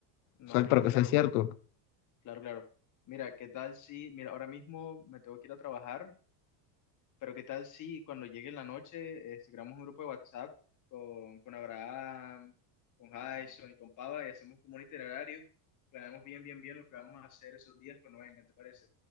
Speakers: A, on the left; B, on the left.
A: No,
B: O sea,
A: claro,
B: para que
A: claro,
B: sea cierto.
A: claro, claro. Mira, ¿qué tal si, mira, ahora mismo me tengo que ir a trabajar, Pero qué tal si cuando llegue la noche eh, creamos un grupo de WhatsApp con, con Abraham, con Jason y con Pava y hacemos como un itinerario, planeamos bien, bien, bien lo que vamos a hacer esos días cuando vengan, ¿te parece?